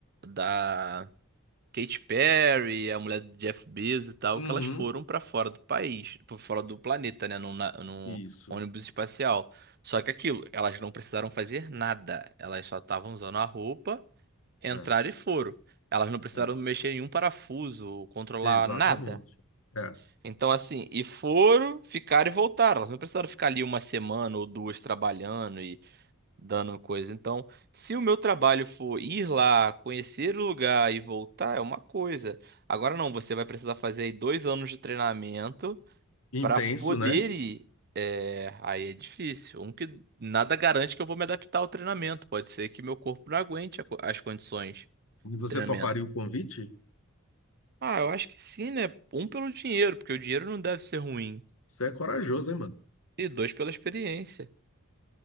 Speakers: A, on the right; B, on the left.
A: da Katy Perry, a mulher do Jeff Bezos e tal,
B: Uhum.
A: que elas foram pra fora do país, pra fora do planeta, né, num, na- num
B: Isso.
A: ônibus espacial. Só que aquilo, elas não precisaram fazer nada, elas só estavam usando a roupa, entraram
B: É,
A: e foram. Elas não precisaram
B: é.
A: mexer em um parafuso, controlar
B: Exatamente.
A: nada.
B: É.
A: Então, assim, e foram, ficaram e voltaram. Elas não precisaram ficar ali uma semana ou duas trabalhando dando coisa. Então, se o meu trabalho for ir lá, conhecer o lugar e voltar, é uma coisa. Agora não, você vai precisar fazer aí dois anos de treinamento
B: Intenso,
A: para poder
B: né?
A: ir. É, aí é difícil. Um que nada garante que eu vou me adaptar ao treinamento. Pode ser que meu corpo não aguente a co- as condições
B: Mas
A: do
B: Você
A: treinamento.
B: toparia o convite?
A: Ah, eu acho que sim, né? Um pelo dinheiro, porque o dinheiro não deve ser ruim.
B: Você é corajoso, hein, mano?
A: E dois pela experiência.